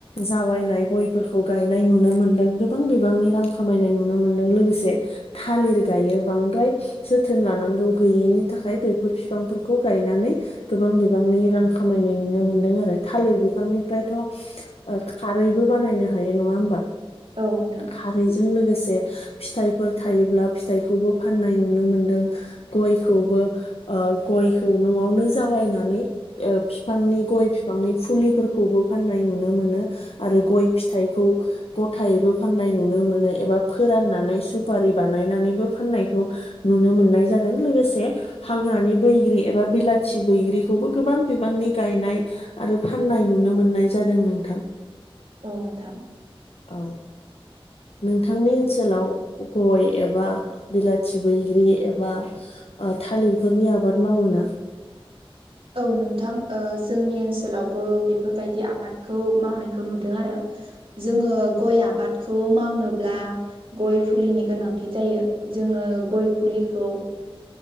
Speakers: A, on the left; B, on the right.
A: जावायनाय गयफोरखौ गायनाय नुनो मोनदों गोबां बिबां नि रां खामनाय नुनो मोन लोगोसे थालिर गायो बांद्राय जोथोन लानांगौ गैयिनि थाखाय बेफोर बिफांफोरखौ गायनानै गोबां बिबांनि रां खामायनाय नुनो मोन्दों आरो थालिर बिफांनिफ्रायथ' खारैबो बानायनो हायो नंङा होमबा
B: औ नोंथां
A: खारैजों लोगोसे फिथाइफोर थायोब्ला फिथाइखौबो फाननाय नुनो मोनदों गयखौबो गयखौ न'आवनो जावालायनानै बिफांनि गय बिफांनि फुलिफोरखौबो फाननाय नुनो मोनो आरो गय फिथाइखौ गथायबो फाननाय नो मोन एबा फोराननानै सुपारि बानायनानैबो फाननायखौ नुनो मोननाय जादों। लोगोसे हाग्रानि बैग्रि एबा बिलाथि बैग्रिखौबो गोबां बिबांनि गायनाय आरो फाननाय नुनो मोननाय जादों नोंथां
B: औ नोंथां
A: औ नोंथांनि ओनसोलाव गय एबा बिलाथि बैग्रि एबा थालिरफोरनि आबाद मावो ना
B: औ नोंथां जोंनि ओनसोलावबो बेफोरबायदि आबादखौ मावनायखौ नुदों आरो जोंङो गय आबादखौ मावनोब्ला गय फुलिनि गोनांथि जायो जोंङो गय फुलिखौ